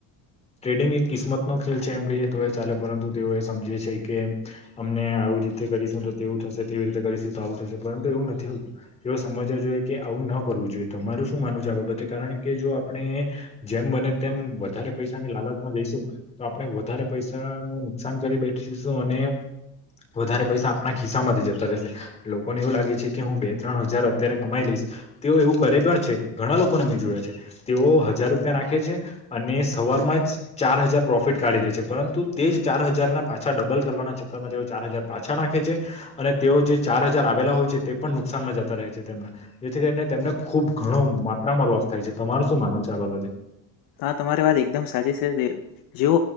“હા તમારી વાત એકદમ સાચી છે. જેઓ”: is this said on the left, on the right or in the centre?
Left